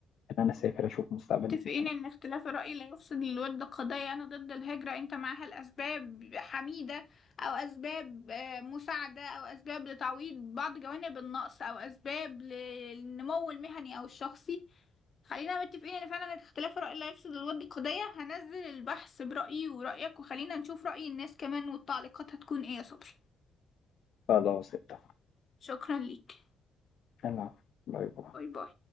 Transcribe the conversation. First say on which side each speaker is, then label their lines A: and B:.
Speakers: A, on the left; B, on the left.
A: إن أنا أسافر أشوف مستقبلي
B: متفقين
A: في مكان
B: إن
A: أحسن.
B: اختلاف الرأي لا يفسد للود قضية أنا ضد الهجرة إن كان معاها الأسباب حميدة أو أسباب آه، مساعدة أو أسباب لتعويض بعض جوانب النقص أو أسباب للنمو المهني أو الشخصي خلينا متفقين إن فعلا اختلاف الرأي لا يفسد للود قضية هنزل البحث برأيي ورأيك وخلينا نشوف رأي الناس كمان والتعليقات هتكون إيه يا صبري
A: خلاص اتفقنا
B: شكرا ليك
A: العفو. باي باي
B: باي باي